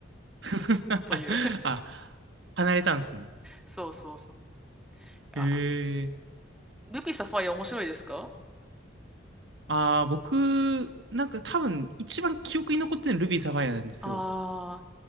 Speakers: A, on the right; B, in the centre.
A: <laughs>
B: <laughs> という。
A: あ、離れたんですね。
B: そうそうそう。あ、
A: へえ。
B: ルビーサファイア面白いですか
A: ああ、僕、なんか多分一番記憶に残ってるのルビーサファイアなんですよ。
B: あ